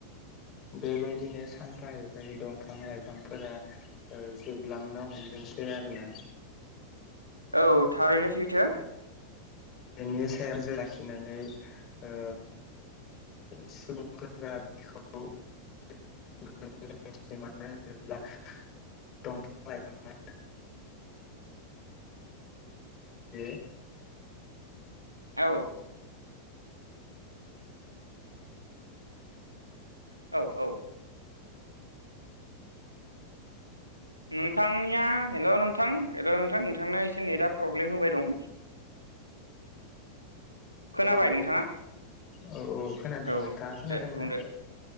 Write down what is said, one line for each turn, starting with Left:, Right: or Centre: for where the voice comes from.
Left: बेबायदिनो सानफा एफायै दंफां लाइफांफोरा ओ जोबलांनो हमदोंसै आरो ना
Right: औ थारैनो सैथो
Left: बेनि सायाव जो लाखिनानै ओ सुबुंफोरा बेखौ <unintelligible> दंफां लायफां <unintelligible>
Right: औ औ औ नोंथांनिया हेल' नोंथां हेल' नोंथां नोंथांनिया एसे नेटआ प्रब्लेम होबाय दं खोनाबाय
Left: औ
Right: नोंथाङा
Left: औ खोनादों
Right: औ
Left: नोंथाङा खोनादोंना
Right: दे बुंदो